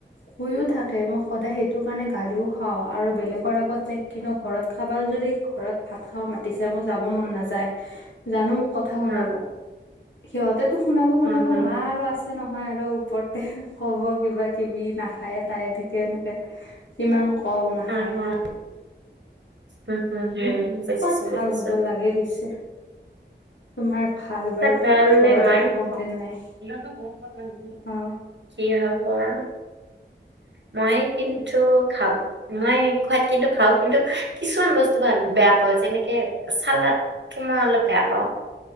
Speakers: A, on the left (about 80°); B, on the right (about 75°).
A: কৈয়ো থাকে মই সদায় সেইটো কাৰণে গালিও খাওঁ আৰু বেলেগৰ আগত যে কিনো ঘৰত কাবাৰ যদি। ঘৰত ভাত খাব মাতিছে মোৰ যাব মন নাযায়।
B: <inaudible>
A: জানোঁ মোক কথা শুনাব
B: উম,
A: সিহঁতেটো শুনাব, শুনাব
B: উম, হুম,
A: মা আৰু আছে নহয় আৰু ওপৰতে কব কিবা কিবি নাখায় তাই এনেকে, এনেকে। ইমান কওঁ নাখায়।
B: উম, হুম, উম হম, হম বুজিছোঁ,
A: খোৱাত
B: বুজিছোঁ।
A: ভাল হ'ব লাগে পিছে
B: <unintelligible>
A: তোমাৰ ভাল বাৰু ঘৰত একো কমপ্লেইন নাই অ
B: কি হব আও মই কিন্তু খাওঁ। মই খোৱাত কিন্তু খাওঁ কিন্তু কিছুমান বস্তু ভা বেয়া পাওঁ যেনেকে চালাদ। টো মই অলপ বেয়া পাও।